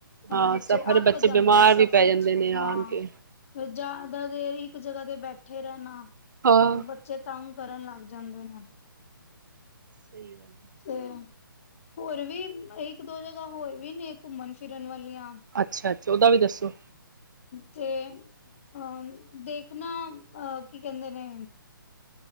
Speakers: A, on the right; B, on the left.
A: ਹਾਂ
B: ਉਹ ਬੱਚੇ
A: ਸਫ਼ਰ
B: ਅੱਕ
A: ਬੱਚੇ
B: ਜਾਂਦੇ
A: ਬਿਮਾਰ
B: ਨੇਂ, ਸਫ਼ਰ
A: ਵੀ ਪੈ ਜਾਂਦੇ
B: ਚ
A: ਨੇ
B: ਹਾਂ,
A: ਆਣ ਕੇ
B: ਫੇਰ ਜਾ ਦਾਂ ਦੇਰ ਹੀ ਇੱਕ ਜਗ੍ਹਾ ਤੇ ਬੈਠੇ ਰਹਿਣਾ।
A: ਹਾਂ
B: ਬੱਚੇ ਤੰਗ ਕਰਨ ਲੱਗ ਜਾਂਦੇ ਨੇਂ।
A: ਸਹੀ ਗੱਲ। ਹੈ।
B: ਤੇ ਹੋਰ ਵੀ ਇੱਕ ਦੋ ਜਗ੍ਹਾ ਹੋਰ ਵੀ ਨੇ ਘੁੰਮਣ-ਫਿਰਨ ਵਾਲੀਆਂ।
A: ਅੱਛਾ, ਅੱਛਾ। ਉਹਦਾ ਵੀ ਦੱਸੋ।
B: ਤੇ ਅਹ ਦੇਖਣਾ, ਅ ਕੀ ਕਹਿੰਦੇ ਨੇ।